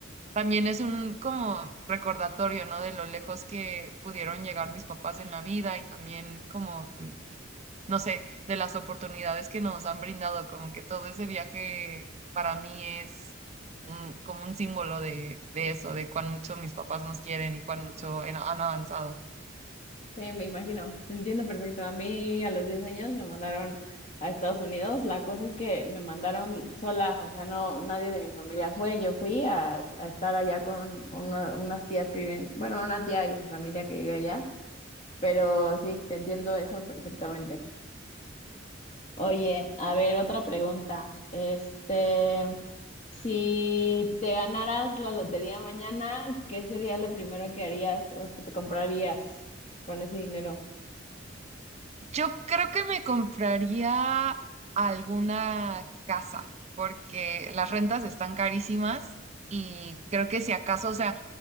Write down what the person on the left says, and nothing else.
Eh, me imagino, te entiendo perfecto. A mí a los 10 años me mandaron a Estados Unidos. La cosa es que me mandaron sola, o sea, no, nadie de mi familia fue. Yo fui a, a estar allá con una- unas tías que viven, bueno, una tía y su familia que vive allá, pero sí, te entiendo eso perfectamente. Oye, a ver, otra pregunta. Este, si te ganaras la lotería mañana, ¿qué sería lo primero que harías o que te comprarías con ese dinero?